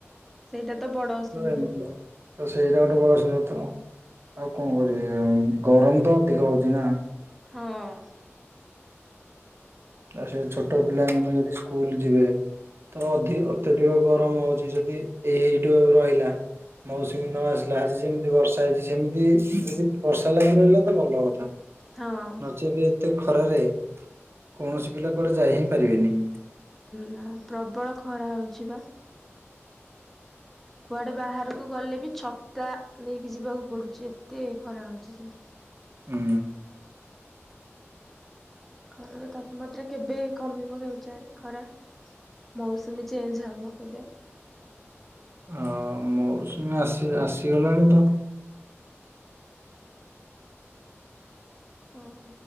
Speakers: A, in the centre; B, on the right.
A: ସେଇଟା ତ ବଡ ଅସୁବିଧା।
B: ଏମିତି ଆଉ। ତ ସେଇଟା ଗୋଟେ ବଡ଼ ଅସୁବିଧା ତ ଆଉ କଣ କରିବେ ଗରମ ତ ଅଧିକ ହଉଛି ନା,
A: ହଁ।
B: ଆଉ ସେ ଛୋଟ ପିଲାମାନୋନେ ଯଦି ସ୍କୁଲ ଯିବେ ତ ଅଧି ଅତ୍ୟଧିକ ଗରମ ହଉଛି ଯଦି ଏଇଠୁ ରହିଲା। ମୌସୁମୀ ନ ଆସିଲା ଆଜି ଯେମିତି ବର୍ଷା ହେଇଛି ସେମିତି ଯଦି ବର୍ଷା ଲାଗି ରହିଲା ତ ଭଲ କଥା
A: ହଁ।
B: ନଚେତେ ଏତେ ଖରାରେ କୌଣସି ପିଲା କୁଆଡେ ଯାଇ ହିଁ ପାରିବେନି।
A: ନା ପ୍ରବଳ ଖରା ହଉଛି ବା କୁଆଡେ ବାହାରକୁ ଗଲେ ବି ଛତା ନେଇକି ଯିବାକୁ ପଡୁଛି ଏତେ ଖରା ହଉଛି ଯେ
B: ହୁଁ।
A: ଖରାର ତାପମାତ୍ରା କେବେ କମିବ କେଜାଣି ଖରା। ମୌସୁମୀ ଚେଞ୍ ହବ କେବେ।
B: ହଁ ମେଉସିମି ଆସି ଆସିଗଲାଣି ତ
A: ହଁ।